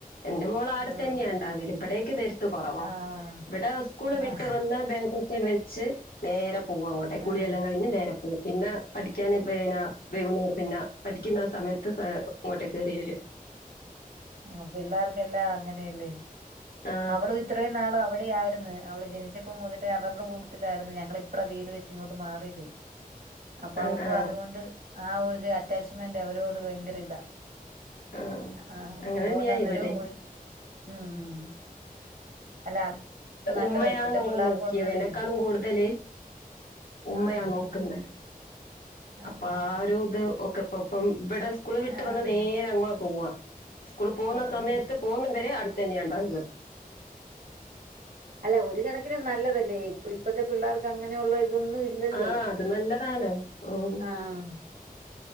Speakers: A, on the left; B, on the right.
A: എന്റെ മോള് ആടെ
B: ആഹ്
A: തന്നെയ ഇണ്ടാകല് ആഹ് ഇവിടേക്ക് വര ത്ത് കുറവാ
B: ആഹ്
A: ഇവിടെ സ്കൂള് വിട്ട്
B: ആഹ്
A: വന്ന ബാഗൊക്കെ വെച്ച് നേരെ പോവും അങ്ങോട്ടെക്ക് കുളിയെല്ലാം
B: ആഹ്
A: കഴിഞ്ഞ് നേരെ പോകും പിന്നെ പഠിക്കാന് പിന്നെ വൈകുന്നേരം പിന്നെ പഠിക്കാൻ ക്കുന്ന ആ സമയത്ത് ഇങ്ങോട്ട് കേയറി വരും
B: ആ പിള്ളേർക്ക് എല്ലാം അങ്ങനെയല്ലേ
A: ആ
B: അവളും ഇത്രയും നാള് അവടെ വിടെ ആയിരുന്നു അവള് ജനിച്ചപ്പോ മുതിട്ട് അവരുടെ കൂട്ടത്തിലാരുന്നു ഞങ്ങളിപ്പളാ വീട് വെച്ച് ഇങ്ങോട്ട് മാറിയതേ അപ്പൊ
A: ആ
B: അവക്ക്
A: ആ
B: അതുകൊണ്ട് ആ ഒരു അറ്റാച്ച്മെന്റ് അവരോട് ഭയങ്കര ഇതാ
A: ആ
B: ആഹ്
A: അങ്ങനെ
B: അതുകൊണ്ട്
A: തന്നെയാ
B: അന്നേരോം
A: ഇവിടെ
B: ഓടിപ്പോ ഉം ഉം അല്ല അത് നല്ലതാ
A: ഉമ്മയാണ്
B: ഇപ്പത്തെ
A: അവളെ
B: പിള്ളേർക്കൊന്നുവേ
A: നോക്കിയത് എന്നെക്കാളും കൂടുതല് ഉമ്മയാ
B: ആഹ്
A: നോക്കുന്നെ
B: ആഹ്
A: അപ്പൊ ആ ഒരു ഇത് ഒക്കെ ഇപ്പ ഇപ്പം ഇവിടെ സ്കൂള് വിട്ട്
B: ആഹ്
A: വന്ന നേരെ അങ്ങോ പോവ്വാ സ്കൂള് പോകുന്ന
B: ആഹ്
A: സമയത്ത് പോകുന്നംവരെ അവിടത്തന്യ ഉണ്ടാവ
B: അല്ല ഒരു കണക്കിന് നല്ലതല്ലേ ഇപ്പ ഇപ്പത്തെ പിള്ളേർക്ക് അങ്ങനെയുള്ള ഇത് അതൊന്നും ഇല്ലല്ലോ
A: ആ അത് നല്ലതാണ് ഉം
B: ആഹ്